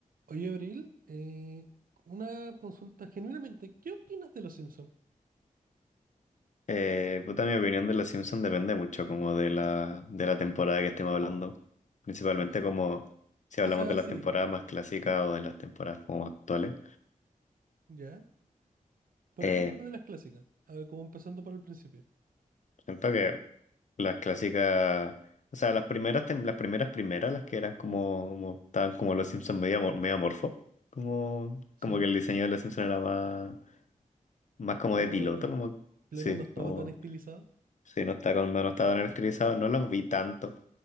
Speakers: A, on the right; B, on the left.
A: Oye, Abril, eh, una consulta genuinamente, ¿qué opinas de los Simpsons?
B: Eh, puta, mi opinión de Los Simpsons depende mucho como de la, de la temporada que estemos hablando. Principalmente
A: O,
B: como si
A: o
B: hablamos
A: sea,
B: de las
A: sí,
B: temporadas más clásicas o de las temporadas como actuales.
A: ya. Por
B: Eh,
A: ejemplo, de las clásicas. A ver, como empezando por el principio.
B: siento que las clásicas, o sea, las primeras, tem- las primeras primeras, las que eran como, como estaban como Los Simpsons medio, amor- medio amorfo. Como, como
A: Sí,
B: que el diseño de Los Simpsons era más, más como
A: claro,
B: de piloto,
A: no está,
B: como,
A: claro,
B: sí,
A: no estaba
B: como
A: tan estilizado.
B: Sí, no está cuando no está tan estilizado, no los vi tanto.